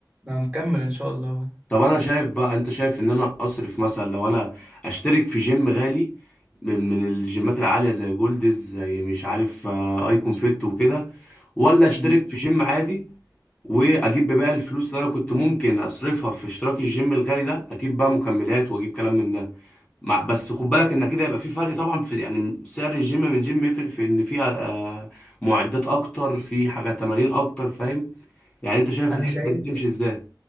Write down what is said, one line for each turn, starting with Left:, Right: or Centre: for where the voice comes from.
Right: انا مكمل ان شاء الله
Left: طب انا شايف بقى انت شايف ان انا اصرف مثلا لو انا اشترك في جيم غالي من من الجيمات العالية زي جولدز زي مش عارف آه، ايكون فيت وكده ولا اشترك
Right: مم.
Left: في جيم عادي واجيب بقى الفلوس اللي انا كنت ممكن اصرفها في اشتراك الجيم الغالي ده اجيب بقى مكملات واجيب كلام من ده مع بس خد بالك ان كده يبقى في فرق طبعا في يعني سعر الجيم من جيم يفرق في ان فيها آه، معدات اكتر في حاجه تمارين اكتر فاهم يعني انت شايف
Right: انا
Left: الحسبه
Right: شايف
Left: دي تمشي ازاي